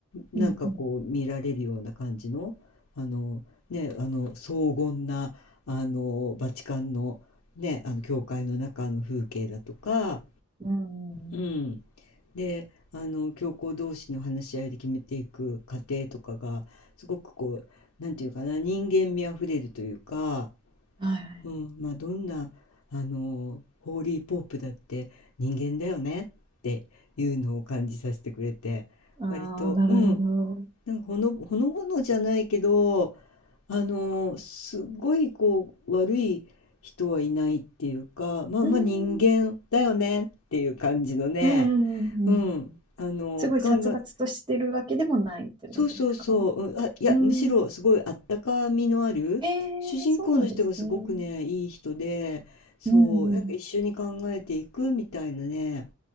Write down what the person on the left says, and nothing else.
なんかこう見られるような感じの、
あのねあの荘厳なあのバチカンのねあの教会の中の風景だとか
うん。で、あの、教皇同士の話し合いで決めていく過程とかが、すごくこう、なんていうかな、人間味あふれるというか、
うん、まあ、どんな、あの、ホーリーポープだって人間だよねっていうのを感じさせてくれて、
割と、
うん、なんかほの、ほのぼのじゃないけど、あの、すごいこう、悪い人はいないっていうか、まあまあ人間だよねっていう感じのね、
うん、あの、
考え、そうそうそう、うん、あ、いや、
むしろすごいあったかみのある、
主人公の人がすごくね、
いい人で、そう、
なんか一緒に考えていくみたいなね、